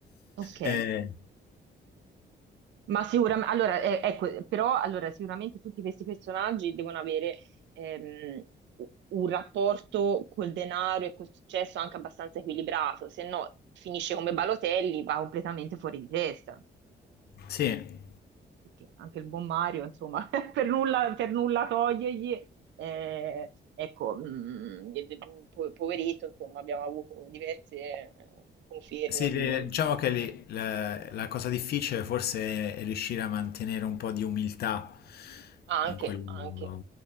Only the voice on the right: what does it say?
ok.
Ma sicuramente, allora, eh, ecco, però allora, sicuramente tutti questi personaggi devono avere ehm, un rapporto col denaro e col successo anche abbastanza equilibrato, se no finisce come Balotelli, va completamente fuori di testa,
perché anche il buon Mario, insomma, <laughs> per nulla, per nulla togliergli, eh, ecco, mm, e- e- po- poveretto, insomma, abbiamo avuto diverse eh, conferme
di...
Anche,
anche,